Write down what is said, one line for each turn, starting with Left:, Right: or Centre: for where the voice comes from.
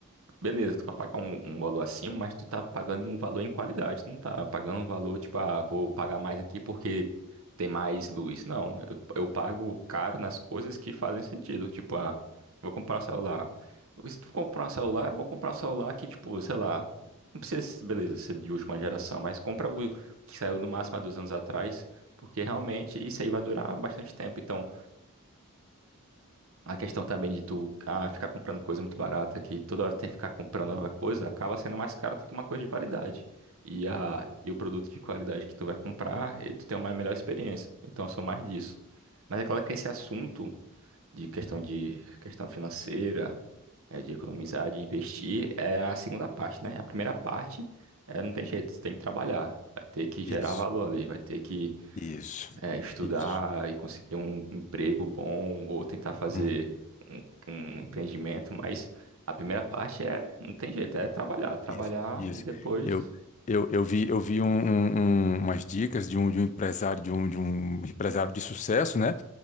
Right: Beleza, tu vai pagar um, um valor acima, mas tu tá pagando um valor em qualidade. Tu não tá pagando um valor, tipo, ah, vou pagar mais aqui porque tem mais luz. Não, eu, eu pago caro nas coisas que fazem sentido. Tipo, ah, vou comprar um celular. Se tu comprar um celular, é bom comprar um celular que, tipo, sei lá, não precisa, ser- beleza, ser de última geração, mas compra o que saiu no máximo há dois anos atrás, porque realmente isso aí vai durar bastante tempo. Então, a questão também de tu ah, ficar comprando coisa muito barata, que toda hora tem que ficar comprando nova coisa, acaba sendo mais caro do que uma coisa de qualidade. E, a, e o produto de qualidade que tu vai comprar, e tu tem uma melhor experiência. Então, eu sou mais disso. Mas é claro que esse assunto de questão de questão financeira, é, de economizar, de investir, é a segunda parte, né? A primeira parte é, não tem jeito, você tem que trabalhar, vai ter que gerar
Left: Isso,
Right: valor ali, vai ter que
Left: isso,
Right: é, estudar
Left: isso.
Right: e conseguir um emprego bom ou tentar fazer
Left: Hum,
Right: um, um empreendimento, mas a primeira parte é, não tem jeito, é trabalhar, trabalhar
Left: isso, isso.
Right: e depois,
Left: Eu, eu, eu vi, eu vi um- um- um- umas dicas de um, de um empresário, de um, de um empresário de sucesso, né?